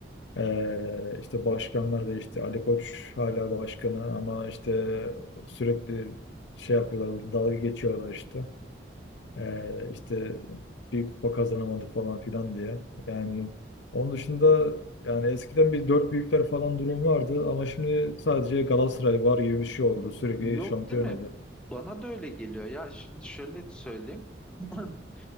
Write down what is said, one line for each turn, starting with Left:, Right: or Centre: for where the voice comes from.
Left: Eee işte başkanlar değişti. Ali Koç hala başkanı ama işte sürekli şey yapıyorlar. Dalga geçiyorlar işte. Ee, işte bir kupa kazanamadı falan filan diye. Yani onun dışında yani eskiden bir dört büyükler falan durum vardı ama şimdi sadece Galatasaray var gibi bir şey oldu. Sürekli
Centre: Yok
Left: şampiyon
Centre: değil mi?
Left: oluyor.
Centre: Bana da öyle geliyor. Ya şimdi şöyle söyleyeyim. <clears throat>